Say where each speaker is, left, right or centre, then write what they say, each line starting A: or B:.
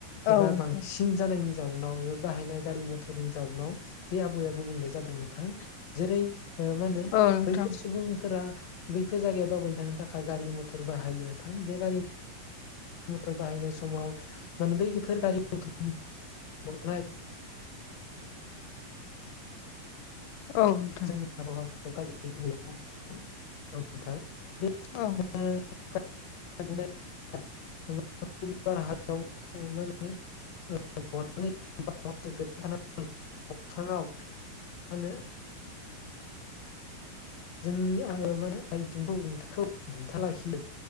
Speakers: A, on the left (about 80°); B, on the left (about 55°).
A: औ
B: एबा
A: नोंथां
B: बांसिन जानायनि जाउनाव एबा बाहायनाय गारि मथ फोरनि जाउनाव बे आबहावया गुबुंले जादों नोंथां जेरै मा होनो
A: औ नोंथां
B: बैफोर सुबुंफोरा बैफोर जायगायाव दावबायनो थांनो थाखाय गारि मथर बाहायो नोंथां बे गारि मथर बाहायनाय समाव माने बैफोर गारि मथरनि गनाय
A: औ नोंथां
B: जोंनि आबहावाखौ गाज्रि गुब औ नोंथा बे। <unintelligible>
A: औ
B: अख्राङाव। आनो। जोंनि आ मा होनो आइ दुंफखौ हमथाना लाखियो।